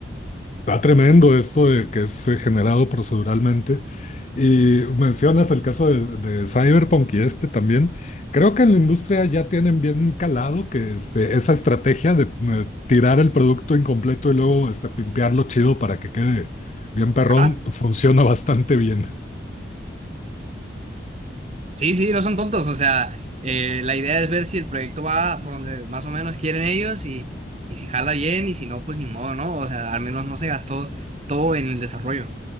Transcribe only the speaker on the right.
Ajá.
Sí, sí, no son tontos, o sea, eh, la idea es ver si el proyecto va por donde más o menos quieren ellos y, y si jala bien y si no, pues ni modo, ¿no? O sea, al menos no se gastó todo en el desarrollo.